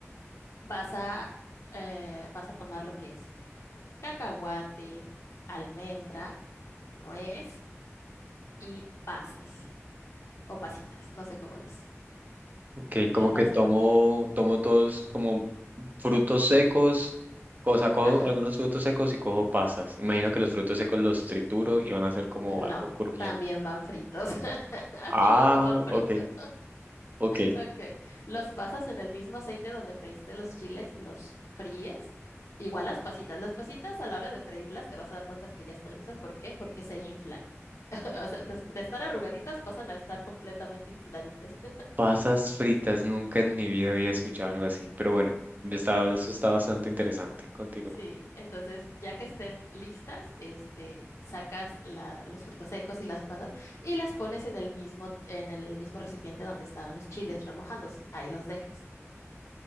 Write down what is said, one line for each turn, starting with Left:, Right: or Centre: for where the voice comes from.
Left: vas a eh, vas a tomar lo que es cacahuate, almendra, nuez y pasas o pasitas, no sé cómo las
Right: Ok, como
Left: las
Right: que tomo,
Left: encuentres.
Right: tomo todos como frutos secos, o sea, cojo
Left: Ajá.
Right: algunos frutos secos y cojo pasas. Imagino que los frutos secos los trituro y van a ser como
Left: No,
Right: algo crujiente.
Left: también van fritos. <laughs> Aquí
Right: Ah,
Left: todo va frito.
Right: ok, ok.
Left: Ok, los pasas en el mismo aceite donde freíste los chiles, los fríes. Igual las pasitas, las pasitas a la hora de freírlas te vas a dar cuenta que ya están listas. ¿Por qué? Porque se inflan. <laughs> O sea, des- de, estar arrugaditas pasan a estar completamente infladitas. <laughs>
Right: Pasas fritas, nunca en mi vida había escuchado algo así, pero bueno, está- eso está bastante interesante. Continúa.
Left: Sí, entonces ya que estén listas, este, sacas la- los frutos secos y las pasas y las pones en el mismo, en el mismo recipiente donde estaban los chiles remojándose. Ahí los dejas.